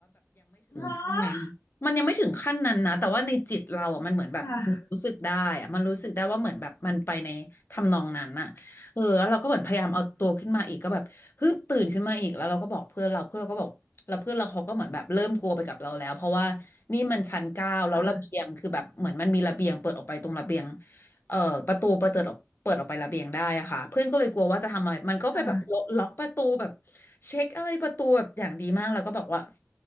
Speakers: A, on the left (about 80°); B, on the left (about 45°).
A: เนาะ
B: ขั้นนั้นมันยังไม่ถึงขั้นนั้นนะแต่ว่าในจิตเราอ่ะมันเหมือนแบบมันรู้สึกได้อ่ะมันรู้สึกได้ว่าเหมือนแบบมันไปในทำนองนั้นอ่ะเออแล้วเราก็เหมือนพยายามเอาตัวขึ้นมาอีกก็แบบฮึบตื่นขึ้นมาอีกแล้วเราก็บอกเพื่อนเราเพื่อนเราก็บอกแล้วเพื่อนเราเขาก็เหมือนแบบเริ่มกลัวไปกับเราแล้วเพราะว่านี่มันชั้นเก้าแล้วระเบียงคือแบบเหมือนมันมีระเบียงเปิดออกไปตรงระเบียง
A: ค่ะค่ะ
B: เอ่อประตูเปิดเปิดออกเปิดออกไประเบียงได้อะค่ะเพื่อนก็เลยกลัวว่าจะทำอะไรมันก็ไปแบบล็อกล็อกประตูแบบ
A: ค่ะ
B: เช็คอะไรประตูแบบอย่างดีมากแล้วก็บอกว่า